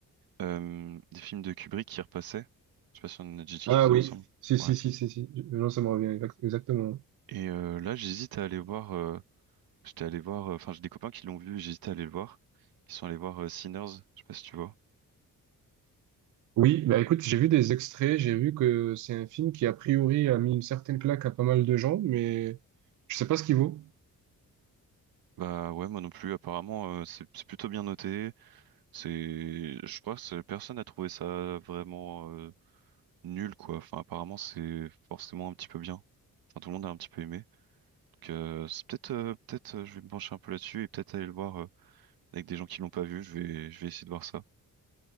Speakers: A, on the right; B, on the right.
A: Euh, des films de Kubrick qui repassaient. Je sais pas si on en a déjà discuté
B: Ah oui,
A: ensemble.
B: si,
A: Ouais.
B: si, si, si, si. Non, ça me revient exact- exactement.
A: Et euh, là, j'hésite à aller voir. euh, j'étais allé voir. euh, Enfin, j'ai des copains qui l'ont vu. et J'hésite à aller le voir. Ils sont allés voir euh, Sinners. Je sais pas si tu vois.
B: Oui, bah écoute, j'ai vu des extraits, j'ai vu que c'est un film qui a priori a mis une certaine claque à pas mal de gens, mais je sais pas ce qu'il vaut.
A: Bah ouais, moi non plus. Apparemment, euh, c'est c'est plutôt bien noté. C'est, je crois que c'est- personne n'a trouvé ça vraiment euh, nul quoi. Enfin, apparemment, c'est forcément un petit peu bien. Enfin, tout le monde a un petit peu aimé. Donc, euh, c'est peut-être, euh, peut-être, euh, je vais me pencher un peu là-dessus et peut-être aller le voir euh, avec des gens qui l'ont pas vu. Je vais, je vais essayer de voir ça.